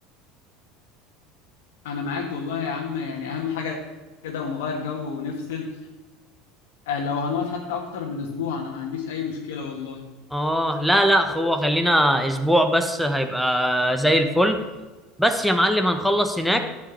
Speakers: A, on the left (about 80°); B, in the centre.
A: انا معاك والله يا عم يعني اهم حاجه كده ونغير جو ونفصل آه، لو هنقعد حتى اكتر من اسبوع انا ما عنديش اي مشكله والله
B: اه لا لا هو خلينا اسبوع بس هيبقى زي الفل بس يا معلم هنخلص هناك